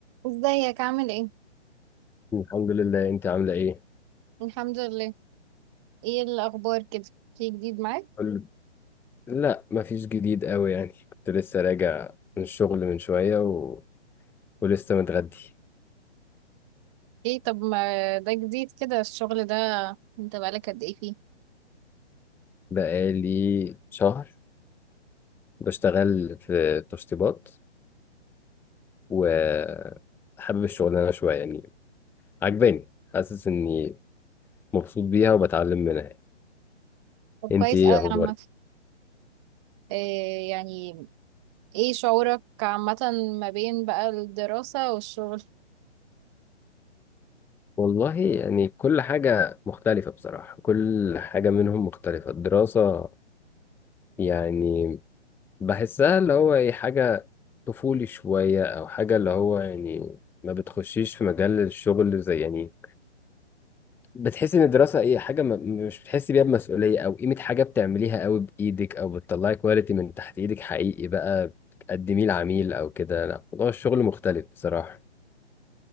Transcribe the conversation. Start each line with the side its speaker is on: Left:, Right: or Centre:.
Right: ازيك عامل ايه
Centre: الحمد لله انت عامله ايه
Right: الحمد لله ايه الاخبار كده في جديد معاك
Centre: قول- لا مفيش جديد قوي يعني كنت لسه راجع من الشغل من شويه و... ولسه متغدي
Right: ايه طب ما ده جديد كده الشغل ده انت بقالك قد ايه فيه
Centre: بقالي شهر بشتغل في تشطيبات وحابب الشغلانه شويه يعني عجباني حاسس اني مبسوط بيها وبتعلم منها يعني.
Right: طب
Centre: انت
Right: كويس
Centre: ايه
Right: قوي
Centre: اخبارك
Right: عامه إيه يعني ايه شعورك عامه ما بين بقى الدراسه والشغل
Centre: والله يعني كل حاجه مختلفه بصراحه كل حاجه منهم مختلفه الدراسه يعني بحسها اللي هو ايه حاجة طفولي شوية او حاجة اللي هو يعني ما بتخشيش في مجال الشغل زي يعني بتحسي ان الدراسة ايه حاجة ما مش بتحسي بيها بمسؤولية او قيمة حاجة بتعمليها قوي بايدك او بتطلعي كواليتي من تحت ايدك حقيقي بقى تقدميه لعميل او كده لا موضوع الشغل مختلف بصراحة